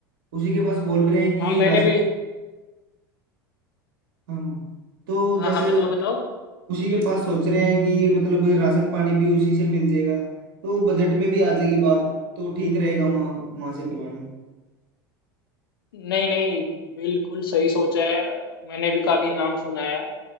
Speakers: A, on the right; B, on the left.
A: उसी के पास बोल रहे हैं कि
B: हाँ मैंने
A: राशन
B: भी
A: हाँ, तो
B: हाँ
A: जैसे
B: हाँ बताओ बताओ
A: उसी के पास सोच रहे हैं कि मतलब राशन पानी भी उसी से मिल जाएगा तो बजट में भी आ जाएगी बात तो ठीक रहेगा वहाँ वहाँ से करवाना
B: नहीं नहीं बिल्कुल सही सोचा है मैंने भी काफी नाम सुना है